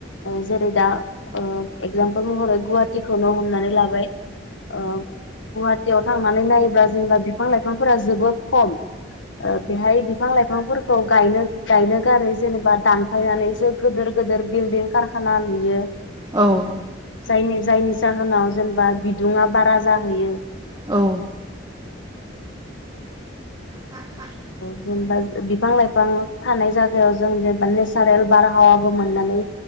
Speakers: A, on the left; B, on the right.
A: जेरै दा एगजामपोल महरै गुवाहाटिीखौनो हमनानै लाबाय गुवाहाटियाव थांनानै नायोब्ला जेनेबा बिफां लाइफांफोरा जोबोर खम बेहाय बिफां लाइफांफोरखौ ायनो गायनो गारै जेनेबा दानफायनानैसो गिदोर गिदिर बिल्डिं कारखाना नुयो
B: औ औ
A: जायनि जायनि जाहोनाव जेनेबा बिदुङा बारा जाहैयो
B: औ बा
A: जेनेबा बिफां लाइफां थानाय जायगायाव जों जेनेबा नेसारेल बारा हहावाबो मोननानै